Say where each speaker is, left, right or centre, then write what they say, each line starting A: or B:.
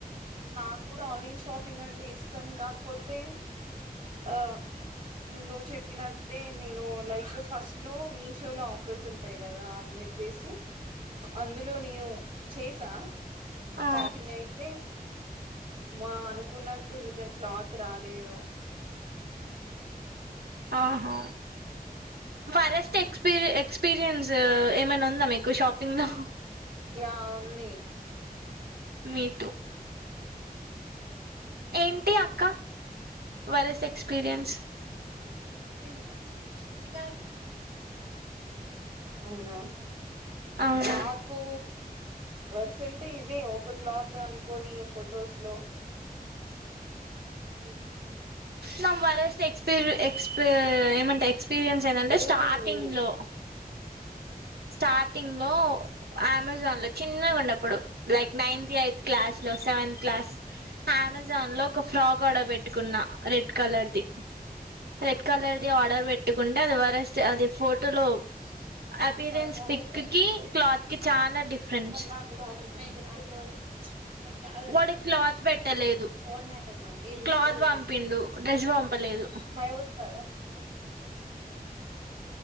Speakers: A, on the right (about 35°); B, on the right (about 80°).
A: నాకు కూడా ఆన్లైన్ షాపింగ్ అంటే ఇష్టం. కాకపోతే నా నువ్వు చెప్పినట్టే నేను లైఫ్ ఫస్ట్ లో మీషోలో ఆఫర్స్ ఉంటాయి కదా అని చెప్పేసి, అందులో నేను చేసా.
B: ఆ
A: షాపింగ్ అయితే మా అనుకున్నట్టు నిజం క్లాత్ రాలేదు.
B: ఆహా వరస్ట్ ఎక్స్పీరి, ఎక్స్పీరియన్స్ ఏమైనా ఉందా మీకు షాపింగ్ లో.
A: యా ఉంది
B: మీతో ఏంటి అక్క వరెస్ట్ ఎక్స్పీరియన్స్
A: ఏనరా చ అవునా
B: అవునా
A: నాకు వర్స అంటే ఇదే ఒక క్లాత్ అనుకోని ఫొటోస్ లో ఇనా
B: నమ్ వరెస్ట్ ఎక్స్పీర్ ఎక్స్పీ ఏమంటా ఎక్స్పీరియన్స్ ఏందంటే
A: ఏమైంది
B: స్టార్టింగ్ లో స్టార్టింగ్ లో అమెజాన్ లో చిన్నగా ఉన్నప్పుడు లైక్ నైత్, ఎయిత్ క్లాస్ లో సెవెన్త్ క్లాస్ అమెజాన్ లో ఒక ఫ్రాక్ ఆర్డర్ పెట్టుకున్నా రెడ్ కలర్ ది. రెడ్ కలర్ది ఆర్డర్ పెట్టుకుంటే అది వరస్ట్ అది ఫోటోలో అపీరియన్స్
A: ఇది మాకు రాలేదే
B: పిక్ కి
A: అది
B: క్లాత్
A: న
B: కి చాలా డిఫరెన్స్
A: మరి నాకు కూడా ఆర్డర్ పెట్రాదు. మీకు రాదు
B: వాడు
A: రా అది
B: క్లాత్ పెట్టలేదు
A: కోఆర్డినేటర్ వాళ్లకి ఇది
B: క్లాత్
A: ఇప్పుడుదు
B: పంపిండు డ్రెస్ పంపలేదు
A: మరి ఎవరికీ రాదా. కడా <inaudible>